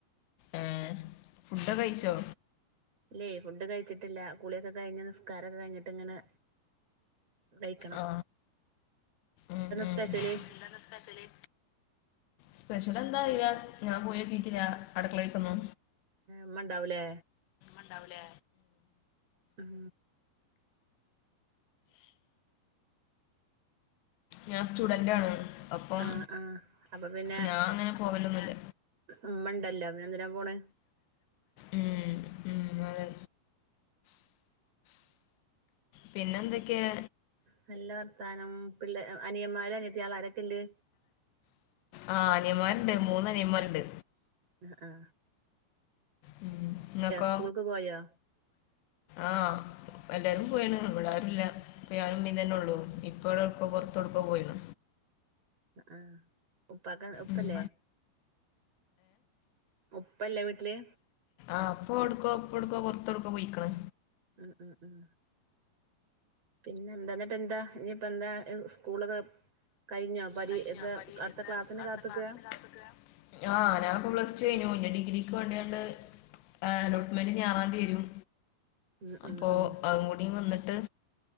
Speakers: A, on the left (about 90°); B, on the right (about 35°).
A: ഏഹ് ഫുഡ് ഒക്കെ കഴിച്ചോ?
B: ലേ ഫുഡ് കഴിച്ചിട്ടില്ല കുളിയൊക്കെഴിഞ് നിസ്കാരൊക്കെ കഴിഞ്ഞിട്ട് ഇങ്ങനെ വൈക്കാം
A: ആ എന്തന്ന്
B: സ്പെഷ്യല്
A: സ്പെശല് സ്പെഷ്യൽ എന്താ വ്യ ഞാൻ പോയൊക്കട്ടില്ല അടക്കളയിക്കന്നു
B: മ്മ ഉണ്ടാവലേ
A: ണ്ടാവലേ
B: ഉം
A: ഞാൻ സ്റ്റുഡന്റ് ആണ് അപ്പം
B: ആഹ് ആഹ് അപ്പൊ പിന്നെ
A: ഞാ അങ്ങനെ പോവലൊന്നുല്ല
B: ഉമ്മ ഉണ്ടല്ലോ അനെ എന്തിന പോണ്
A: ഉം ഉം അതെ പിന്നെ എന്തൊക്കെയാ
B: നല്ല വർത്താനം പിള്ള അനിയമാര് അനിയത്തിയാൾ ആാരൊക്കെ ഇല്ലേ
A: ആ അനിയന്മാരുണ്ട് മൂന്ന അനിയന്മാരുണ്ട്
B: ഉം ആ
A: ഉം നിങ്ങക്കോ
B: സ്കൂൾക്ക് പോയോ
A: ആ എല്ലാരും പോയിണ് ബ ട ആരും ല്ല ഇപ്പ ഞാനുംമ്മീ തന്നെ ഉള്ളൂ ഇപ്പോഴടുക്കോ പുറത്തടുക്കോ പോയിണ്
B: അ ആഹ്. ഉപ്പാക്ക ഉപ്പല്ലേ?
A: ഉം
B: ഉപ്പല്ലെ വീട്ടില്?
A: ആഹ്. ഉപ്പോട്ക്കോ ഉപ്പോട്ക്കോ പെർത്തൊട്ക്കോ പോയിക്ക്ണ്.
B: ഉം ഉം ഉം പിന്നെ എന്താ? ന്നട്ട് എന്താ? ഇഞ്ഞിപ്പ എന്താ? സ്കൂളൊക്കെ കഴിഞ്ഞോ. പരി
A: കഴിഞ്ഞൊ.
B: ഇത്
A: പരീ
B: അടുത്ത
A: ന്താ
B: ക്ലാസ്സിന്
A: അട്ത്ത
B: കാത്ത്ക്കാ
A: ക്ലാസിന് കാത്ത്ക്കാ. ആഹ്. ഞാൻപ്പൊ പ്ലസ്ടു കയിഞ്ഞു. ഇഞ്ഞി ഡിഗ്രിക്ക് വാണ്ടിയാണ്ട് ആഹ്. അലോട്ട്മെൻൻ്റ് ഇഞ്ഞി ആറാംതി വരും.
B: ഉം
A: അപ്പൊ
B: ഉം ഉം
A: അഉം കൂടിം വന്ന്ട്ട്